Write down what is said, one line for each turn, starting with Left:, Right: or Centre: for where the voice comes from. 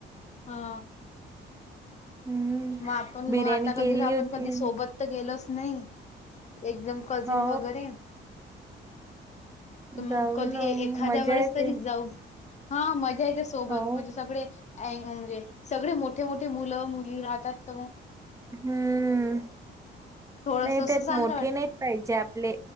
Left: हा.
Right: हम्म
Left: मग आपण
Right: बिर्याणी
Left: मग आता कधीच
Right: केली
Left: आपण
Right: होती
Left: कधी सोबत तर गेलो. नाही एकदम कझिन
Right: हो
Left: वगैरे तर मग
Right: जाऊ
Left: कधी
Right: ना
Left: एखाद्या
Right: मजा
Left: वेळेस
Right: येते
Left: तरी जाऊ. हा मजा या त्या सोबत
Right: हो
Left: म्हणजे सगळे अ म्हणजे सगळे मोठे मोठे मुलं मुली राहतात तर मग
Right: हम्म
Left: थोडस
Right: नाही
Left: असं
Right: त्यात
Left: चांगलं
Right: मोठे
Left: वाटत
Right: नाहीत पाहिजे आपले